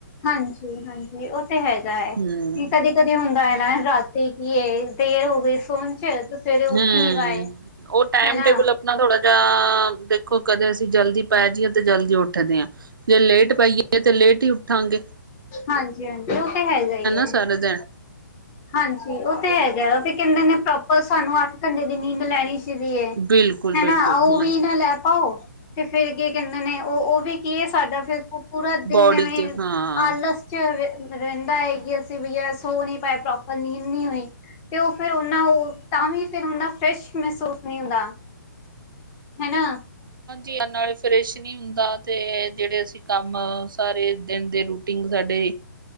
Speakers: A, on the left; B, on the right.
A: ਹਾਂਜੀ- ਹਾਂਜੀ, ਉਹ ਤੇ ਹੈਗਾ ਐ।
B: ਹੂੰ
A: ਕਦੀ ਕਦੀ ਹੁੰਦਾ ਐ ਨਾ ਰਾਤੀ ਕੀ ਏ, ਦੇਰ ਹੋ ਗਈ ਸੋਨ ਚ ਸਵੇਰੇ ਉੱਠ
B: ਹੂੰ,
A: ਹੀ ਨੀ ਪਾਏ।
B: ਉਹ ਟਾਈਮ-
A: ਹੈਨਾ
B: ਟੇਬਲ ਆਪਨਾ ਥੋੜਾ ਜਿਹਾ, ਦੇਖੋ ਕਦੇ ਅਸੀਂ ਜਲਦੀ ਪੈ ਜਈਏ ਤੇ ਜਲਦੀ ਉੱਠਦੇ ਆ, ਜੇ ਲੇਟ ਪਈਏ ਤੇ ਲੇਟ ਈ ਉਠਾਂਗੇ।
A: ਹਾਂਜੀ- ਹਾਂਜੀ, ਉਹ ਤੇ ਹੈਗਾ ਈ ਐ।
B: ਸਾਰਾ ਦਿਨ
A: ਹਾਂਜੀ, ਉਹ ਤੇ ਹੈਗਾ, 'ਤੇ ਕੈਂਦੇ ਨੇ ਪ੍ਰੋਪਰ ਸਾਨੂੰ ਅੱਠ ਘੰਟੇ ਦੀ ਨੀਂਦ ਲੈਣੀ ਕਿਦੀ ਏ,
B: ਬਿਲਕੁਲ
A: ਹੈਨਾ?
B: ਬਿਲਕੁਲ
A: ਉਹ
B: ਹਾਂਜੀ
A: ਵੀ ਨਾ ਲੈ ਪਾਓ। 'ਤੇ ਫੇਰ ਕੀ ਕੈਂਦੇ ਨੇ ਉਹ? ਉਹ ਵੀ ਕੀ ਏ, ਸਾਡਾ ਫਿਰ ਉਹ ਪੂਰਾ ਦਿਨ
B: ਬੋਡੀ
A: ਵੇਂ,
B: ਤੇ ਹਾਂ
A: ਆਲਸ 'ਚ ਰ-ਰੈਂਦਾ ਏ ਕਿ ਅਸੀਂ ਭਈਆ ਸੋ ਨੀ ਪਾਏ, ਪ੍ਰੋਪਰ ਨੀਂਦ ਨੀ ਹੋਈ। 'ਤੇ ਓ ਫਿਰ ਉਨਾਂ ਉਹ, ਤਾਂ ਵੀ ਫਿਰ ਉਨਾਂ ਫ਼ਰੈਸ ਮੈਸੂਸ ਨੀ ਹੁੰਦਾ ਹੈਨਾ?
B: ਹਾਂਜੀ, ਅਨਾੜਿਸ <unintelligible> ਫਰੈਸ਼ ਨੀ ਹੁੰਦਾ, 'ਤੇ ਜੇੜੇ ਅਸੀਂ ਕੰਮ ਸਾਰੇ ਦਿਨ ਦੇ ਰੂਟੀਨ ਸਾਡੇ